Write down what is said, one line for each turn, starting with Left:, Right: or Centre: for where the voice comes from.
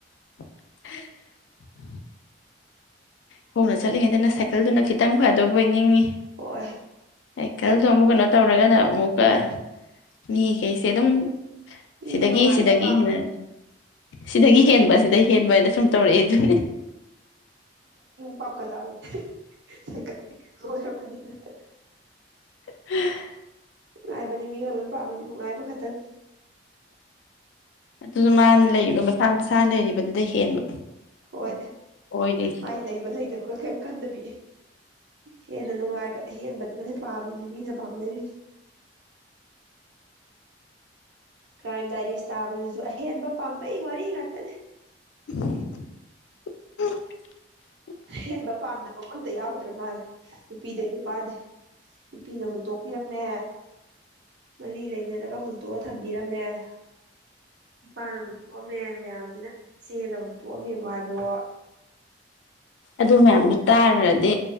Left: <unintelligible> ꯈꯣꯡꯅ ꯆꯠꯂꯤꯉꯩꯗꯅ ꯁꯥꯏꯀꯜꯗꯨꯅ ꯈꯤꯇꯪ ꯐ ꯑꯗꯨꯕꯨꯣꯏꯅꯤꯡꯉꯤ
Right: ꯍꯣꯏ
Left: ꯁꯥꯏꯀꯜꯗꯣ ꯑꯃꯨꯛ ꯀꯩꯅꯣ ꯇꯧꯔꯒꯅ ꯑꯃꯨꯛ ꯑꯣ ꯃꯤꯈꯩꯁꯦ ꯑꯗꯨꯝ
Right: ꯃꯤꯁꯨ
Left: ꯁꯤꯗꯒꯤ
Right: ꯅꯨꯡꯉꯥꯏꯕ
Left: ꯁꯤꯗꯒꯤ
Right: ꯄꯥꯝꯕ
Left: ꯍꯦꯟꯅ ꯁꯤꯗꯒꯤ ꯍꯦꯟꯕ ꯁꯤꯗꯒꯤ ꯍꯦꯟꯕ ꯍꯥꯏꯅ ꯁꯨꯝ ꯇꯧꯔꯛꯑꯦ ꯑꯗꯨꯅꯦ
Right: ꯄꯝꯈꯠꯂꯥꯕꯅꯤ ꯁꯥꯏꯀꯜ ꯂꯣꯏꯔꯕꯅꯤꯅ <unintelligible>
Left: <unintelligible>
Right: ꯅꯨꯡꯉꯥꯏꯕꯅꯤ ꯃꯤꯑꯣꯏꯕꯅ ꯄꯥꯝꯃꯤꯁꯤ ꯅꯨꯡꯉꯥꯏꯕ ꯈꯛꯇꯪ
Left: ꯑꯗꯨꯁꯨ ꯃꯥꯅ ꯂꯩꯒ ꯃꯁꯥ ꯃꯁꯥ ꯂꯩꯔꯤꯕꯗꯨꯗ ꯍꯦꯟꯕ
Right: ꯍꯣꯏ
Left: ꯑꯣꯏꯔꯤ
Right: ꯃꯥꯏ ꯂꯩꯕ ꯂꯩꯇꯕꯒ ꯀꯔꯤꯝ ꯈꯟꯗꯕꯤ ꯍꯦꯟꯅ ꯅꯨꯡꯉꯥꯏꯕ ꯑꯍꯦꯟꯕꯅ ꯄꯥꯝꯃꯤꯁꯤꯦ ꯃꯤꯅ ꯄꯥꯝꯅꯔꯤꯁꯦ ꯀ꯭ꯔꯥꯏꯝ ꯗꯥꯏꯔꯤꯁ ꯇꯥꯕꯗꯁꯨ ꯑꯩ ꯍꯦꯗꯕ ꯄꯥꯝꯕꯩ ꯋꯥꯔꯤ ꯍꯥꯠꯇꯗꯤ
Left: ꯎ ꯎꯝ
Right: ꯍꯦꯟꯕ ꯄꯥꯝꯗꯕ ꯑꯃ ꯑꯝꯇ ꯌꯥꯎꯗꯦ ꯆꯠꯇ꯭ꯔꯄꯜ ꯅꯨꯄꯤꯗꯩ ꯅꯨꯄꯥꯗꯩ ꯅꯨꯄꯤꯅ ꯍꯨꯟꯇꯣꯛꯄꯤꯔꯝꯃꯦ ꯃꯔꯤ ꯂꯩꯅꯔꯒ ꯍꯨꯟꯗꯣꯛ ꯊꯝꯕꯤꯔ ꯃ ꯌꯥ ꯏꯄꯥꯅ ꯍꯨꯟꯇꯣꯛꯑꯝꯃꯦ ꯃꯌꯥꯝꯁꯤꯅ ꯆꯦꯜꯂ ꯍꯨꯟꯇꯣꯛꯑꯝꯃꯦꯕ ꯍꯥꯏꯕ ꯑꯣ
Left: ꯑꯗꯨ ꯃꯌꯥꯝꯗꯨ ꯇꯥꯔꯨꯔꯗꯤ